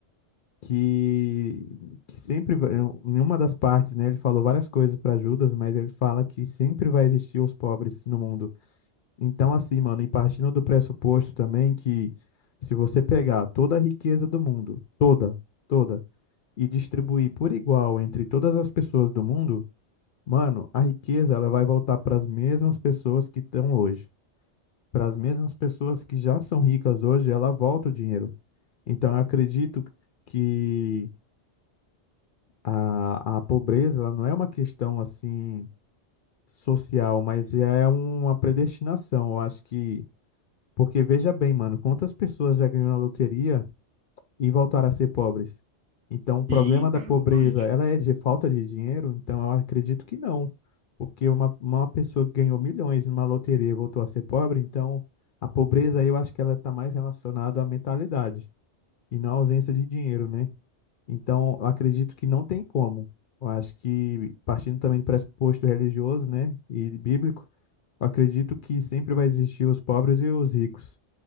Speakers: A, on the left (about 60°); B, on the right (about 85°).
A: que, que sempre vai- em uma das partes, né? Ele falou várias coisas para Judas, mas ele fala que sempre vai existir os pobres no mundo. Então, assim, mano, e partindo do pressuposto também que se você pegar toda a riqueza do mundo, toda, toda, e distribuir por igual entre todas as pessoas do mundo, mano, a riqueza ela vai voltar para as mesmas pessoas que estão hoje. Para as mesmas pessoas que já são ricas hoje, ela volta o dinheiro. Então, eu acredito que a, a pobreza ela não é uma questão assim social, mas é uma predestinação. Eu acho que Porque veja bem, mano, quantas pessoas já ganhou na loteria e voltaram a ser pobres? Então,
B: Sim,
A: o problema da
B: cara,
A: pobreza,
B: totalmente.
A: ela é de falta de dinheiro? Então, eu acredito que não. Porque uma, uma pessoa que ganhou milhões numa loteria e voltou a ser pobre, então a pobreza aí eu acho que ela está mais relacionada à mentalidade e não à ausência de dinheiro, né? Então, eu acredito que não tem como. Eu acho que, partindo também do pressuposto religioso, né, e bíblico, eu acredito que sempre vai existir os pobres e os ricos